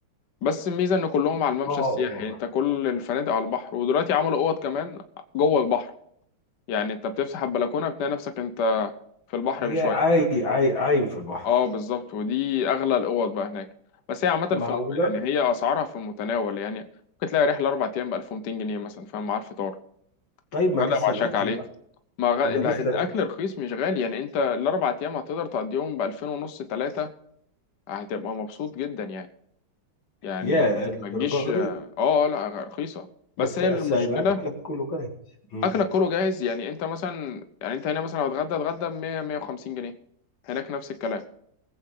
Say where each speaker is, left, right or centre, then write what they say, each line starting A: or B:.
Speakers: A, on the left (about 65°); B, on the left (about 90°).
A: بس الميزه ان كلهم على الممشى
B: اه
A: السياحي
B: اه
A: يعني انت كل الفنادق على البحر ودلوقتي عملوا اوض كمان جوه البحر يعني انت بتفتح البلكونه بتلاقي نفسك انت في البحر
B: يا
A: بشويه
B: عاي عاي عايم في البحر
A: اه بالظبط ودي اغلى الاوض بقى هناك بس هي عامه
B: معقولة
A: في الم... يعني هي اسعارها في المتناول يعني ممكن تلاقي رحله اربع ايام ب 1200 جنيه مثلا فاهم مع الفطار
B: طيب ما
A: غدا
B: لسه
A: وعشاك
B: الأكل
A: عليك
B: بقى
A: ما غ...
B: ما
A: ال-
B: لسه
A: الاكل
B: الأكل
A: رخيص مش غالي يعني انت الاربع ايام هتقدر تقضيهم ب 2000 ونص ثلاثه هتبقى مبسوط جدا يعني يعني
B: يا للدرجة
A: ما تجيش اه
B: دي
A: آه، لا رخيصه
B: بس
A: بس هي
B: بس
A: المشكله
B: هيبقى أكلك كله جاهز مم.
A: اكلك كله جاهز يعني انت مثلا يعني انت هنا مثلا لو اتغدى اتغدى ب 100 150 جنيه هناك نفس الكلام